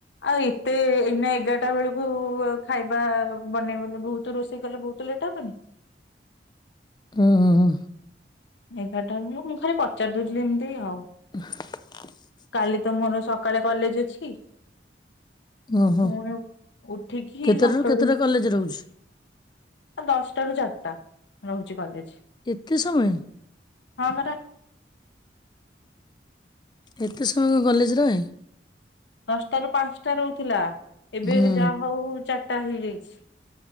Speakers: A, on the left; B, on the left.
A: ଆଉ, ଏତେ ଏଇନା ଏଗାରଟା ବେଳକୁ-ଉ ଖାଇବା ବନେଇ ବନେ ବହୁତ ରୋଷେଇ କଲେ, ବହୁତ ତ ଲେଟ୍ ହବନି।
B: ଉଁ ହୁ ହୁ।
A: ଏଗାରଟା ନୁହଁ, ମୁଁ ଖାଲି ପଚାରି ଦଉଥିଲି ଏମିତି ଆଉ।
B: <unintelligible>
A: କାଲି ତ ମୋର ସକାଳେ କଲେଜ ଅଛି।
B: ଓହୋ
A: ପୁଣି ଉ-ଉଠିିକି
B: କେତେଟାରୁ
A: ସକାଳୁ
B: କେତେଟା କଲେଜ ରହୁଛି?
A: ଦଶଟା ରୁ ଚାରିଟା ରହୁଛି କଲେଜ।
B: ଏତେ ସମୟ?
A: ହଁ ପରା।
B: ଏତେ ସମୟ କଁ କଲେଜ ରହେ?
A: ଦଶଟା ରୁ ପାଞ୍ଚଟା ରହୁଥିଲା। ଏବେ
B: ହୁଁ
A: ଯାହା ହଉ, ଚାରଟା ହେଇଯାଇଛି।